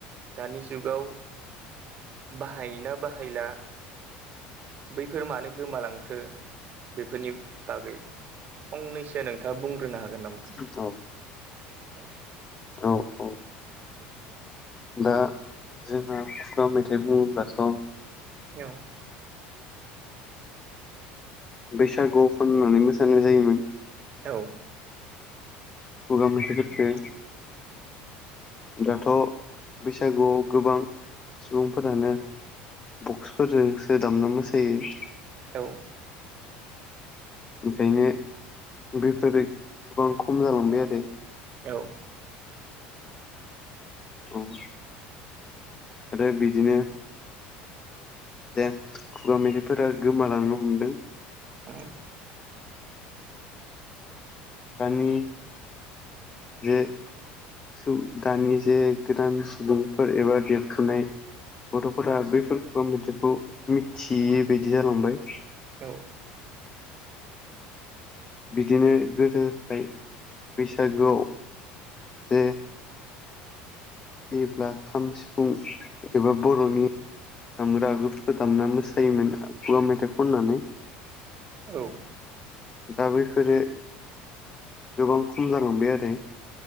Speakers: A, on the right (about 40°); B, on the left (about 25°).
A: दानि जुगाव बाहायोना बाहायला बैफोर मानो गोमालांखो बेफोरनि बागै फंनैसो नोंथाङा बुंग्रोनो हागोन नामा?
B: औ
A: <inaudible>
B: औ औ दा जोंहा खुुगा मेथाइ बुङोब्लाथ'
A: औ
B: बैसागु खननानै मोसानाय जायोमोन
A: औ
B: खुगा मेथाय फोरखौ दाथ' बैसागु गोबां सुबुंफोरानो बक्सफोरजोंसो दामना मोसायो
A: औ
B: ओंखायनो बेफोरो गोबां खम जालांबाय आरो
A: औ
B: औ आरो बिदिनो दे खुगा मेथाय फोरा गोमालांनो हमदों
A: <inaudible>
B: दानि जे सु दानि जे गोदान सुबुंफोर एबा देरफुनाय गथ'फोरा बैफोरखौ मेथाय खौ मिथियै बायदि जालांबाय
A: औ
B: बिदिनो गोदोहाय बैसागोआव जे जेब्ला खाम सिफुं एबा बर'नि दामग्रा आगजुफोरखौ दामना मोसायोमोन खुगा मेथाइ खननानै
A: औ औ
B: दा बैफोरो गोबां खम जालांबाय आरो